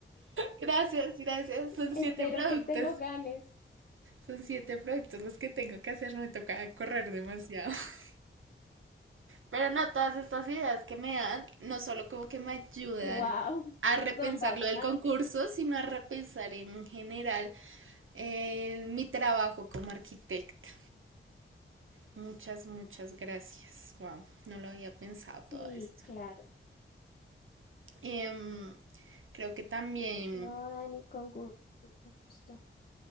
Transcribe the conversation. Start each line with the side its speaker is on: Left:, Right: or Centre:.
Right: Gracias, gracias. Son
Left: Espero
Right: siete productos.
Left: que te lo ganes.
Right: Son siete productos los que tengo que hacer. No Me toca correr demasiado. <laughs> Pero no, todas estas ideas que me dan, no solo como que me ayudan
Left: Wow,
Right: a repensar
Left: son bastantes.
Right: lo del concurso, sino a repensar en general eh, mi trabajo como arquitecta. Muchas, muchas gracias. Wow, no lo había pensado
Left: Sí,
Right: todo esto.
Left: claro.
Right: Em, creo que también
Left: No, Dani, con gu- gusto.